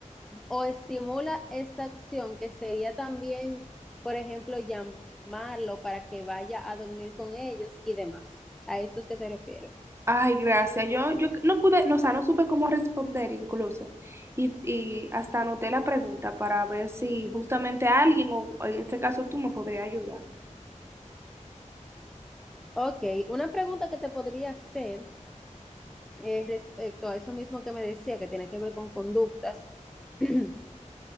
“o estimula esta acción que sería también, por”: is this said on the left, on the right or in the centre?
Centre